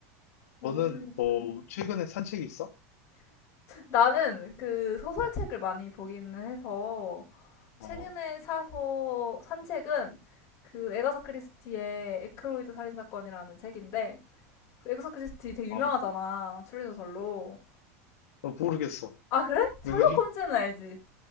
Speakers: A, on the left; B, on the left.
A: 오.
B: 너는 어 최근에 산 책 있어?
A: 나는 그 소설책을 많이 보기는 해서
B: 어,
A: 최근에 사서 산 책은 그 에가사 크리스티의 에크로이드 살인 사건이라는 책인데 그 에가사 크리스티 되게 유명하잖아
B: 어,
A: 추리소설로.
B: 어, 모르겠어.
A: 아 그래? 셜록
B: 누구지?
A: 홈즈는 알지?